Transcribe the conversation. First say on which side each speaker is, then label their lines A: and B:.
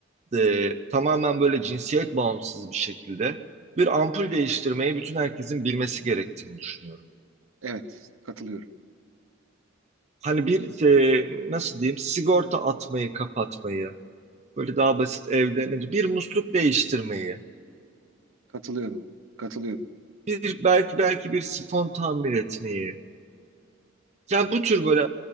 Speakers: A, on the right (about 35°); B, on the right (about 75°).
A: e, tamamen böyle cinsiyet bağımsız bir şekilde bir ampul değiştirmeyi bütün herkesin bilmesi gerektiğini düşünüyorum.
B: Evet, katılıyorum.
A: Hani bir e, nasıl diyeyim sigorta atmayı kapatmayı böyle daha basit evden bir musluk değiştirmeyi
B: Katılıyorum. Katılıyorum.
A: bir belki belki bir sifon tamir etmeyi. Yani bu tür böyle